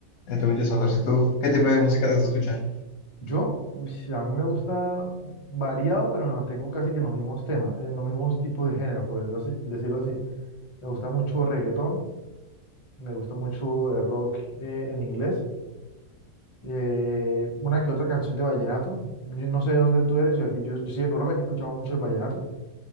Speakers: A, on the left; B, on the left.
A: entre muchos otros. ¿Y tú? ¿Qué tipo de música te gusta escuchar?
B: Yo, pues, a mí me gusta variado, pero me mantengo casi que en los mismos temas, en los mismos tipos de géneros, por decirlo así. decirlo así. Me gusta mucho reggaetón, me gusta mucho eh, rock eh, en inglés, eh, una que otra canción de vallenato. Yo no sé de dónde tú eres, yo aquí, yo, yo soy de Colombia, que escuchamos mucho el vallenato.